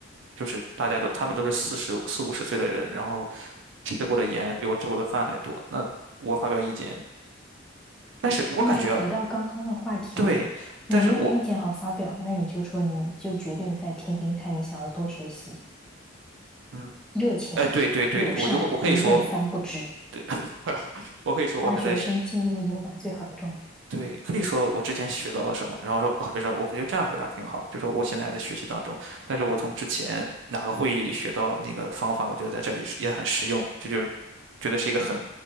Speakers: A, on the right (about 65°); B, in the centre.
A: 就是大家都他们都是四十四五十岁的人，然后吃过的盐比我吃过的饭还多，那我发表意见，但是我感觉
B: 那就回到刚刚的话题啦，
A: 对，
B: 你没有意见好发表，
A: 但是我
B: 那你就说你就决定再听听看，你想要多学习，
A: 嗯，
B: 热情、
A: 哎，对对对，
B: 友善，
A: 我如果我可以说，
B: 一问三不知，
A: 对，<laughs> 我可以说我还在。
B: 大学生进入牛马最好的状态。
A: 学。对，可以说我之前学到了什么，然后说，哦，别说，我感觉这样回答挺好的就说我现在还在学习当中，但是我从之前哪个会议里学到了那个方法，我觉得在这里是也很实用，这就是觉得是一个很